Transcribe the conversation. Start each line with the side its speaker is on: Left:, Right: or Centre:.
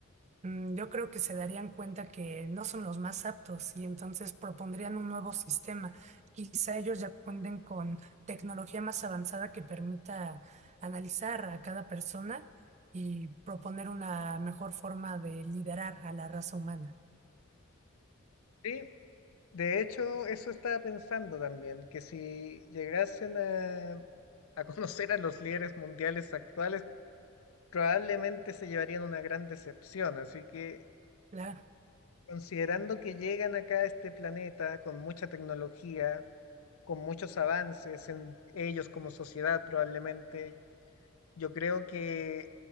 Right: Mm, Yo creo que se darían cuenta que no son los más aptos y entonces propondrían un nuevo sistema. Quizá ellos ya cuenten con tecnología más avanzada que permita analizar a cada persona y proponer una mejor forma de liderar a la raza humana.
Left: Sí, de hecho, eso estaba pensando también, que si llegasen a, a conocer a los líderes mundiales actuales, probablemente se llevarían una gran decepción, así que
Right: Claro,
Left: Considerando que llegan acá a este planeta con mucha tecnología, con muchos avances en ellos como sociedad probablemente, yo creo que